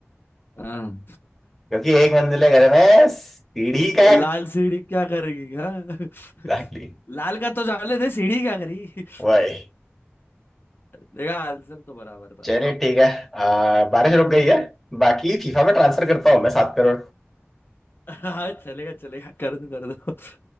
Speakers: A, on the left; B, in the centre.
A: हाँ
B: क्योंकि एक मंजिले घर में सीढ़ी
A: <laughs>
B: का
A: लाल सीढ़ी क्या करेगी हाँ
B: एग्जैक्टली
A: लाल का तो जाने दे सीढ़ी क्या करी
B: वही
A: <laughs> देखा आंसर तो बराबर था
B: चलिए
A: भाई
B: ठीक है आ, बारिश रुक गई है बाकी फीफा में ट्रांसफर करता हूँ मैं सात करोड़
A: <laughs> हाँ चलेगा चलेगा कर दो कर दो